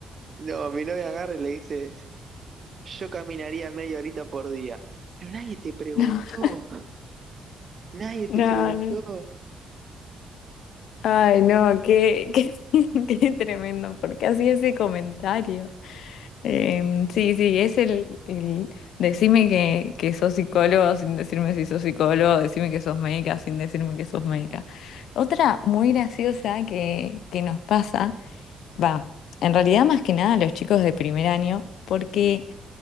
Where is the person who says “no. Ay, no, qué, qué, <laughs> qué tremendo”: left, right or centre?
Left